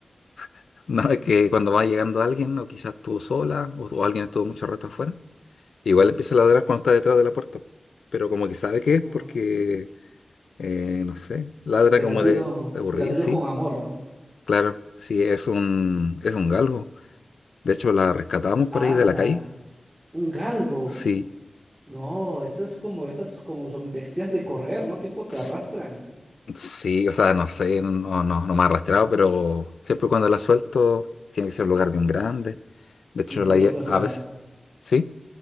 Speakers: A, on the left; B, on the right.
A: <laughs> no es que cuando va llegando alguien, o quizás tú sola, o, o alguien estuvo mucho rato afuera, igual empieza a ladrar cuando está detrás de la puerta, pero como que sabe
B: <laughs>
A: que
B: Ajá.
A: es porque, eh, no sé, ladra
B: El
A: como
B: ladrido,
A: de, de aburrido,
B: el ladrido
A: sí.
B: con amor.
A: Claro, sí, es un, es un galgo. De hecho, la rescatamos por
B: ¡Hala!
A: ahí de la calle.
B: Un galgo.
A: Sí,
B: No, eso es como esas, como son bestias de correr, ¿no? Tipo, te
A: s-
B: arrastran.
A: sí, o sea, no sé, no, no, no me ha arrastrado, pero siempre cuando la suelto tiene que ser un lugar bien grande. De
B: Sí,
A: hecho,
B: sí,
A: la, lle-
B: o o sea,
A: a veces, sí,